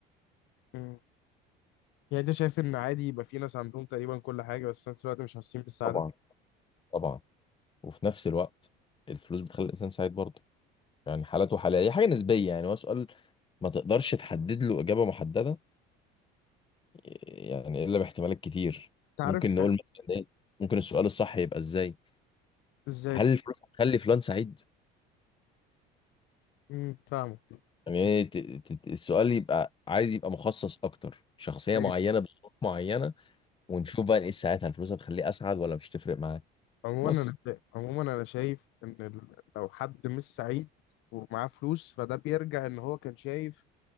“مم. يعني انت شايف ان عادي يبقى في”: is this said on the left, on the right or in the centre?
Left